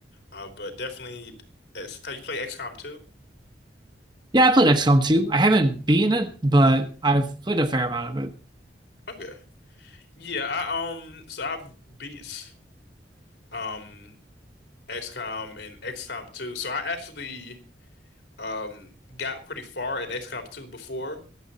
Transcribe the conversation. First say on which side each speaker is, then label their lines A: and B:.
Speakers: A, on the left; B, on the right.
A: uh, but definitely. X- Have you played XCOM too?
B: Yeah, I played XCOM 2. I haven't beaten it, but
A: Mhm.
B: I've
A: <clears throat>
B: played a fair amount of it.
A: Okay. Yeah, I um so I beat um XCOM and XCOM 2. So I actually um got pretty far in XCOM 2 before,